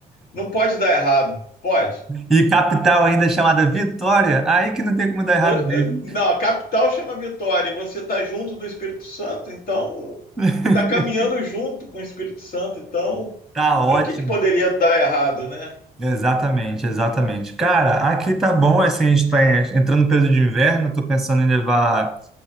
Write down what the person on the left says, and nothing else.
não pode dar errado. Pode.
Vo- eh,
Não, a capital chama Vitória e você tá junto do Espírito Santo, então
tá caminhando junto com o Espírito Santo, então
eh,
o que que poderia dar errado, né?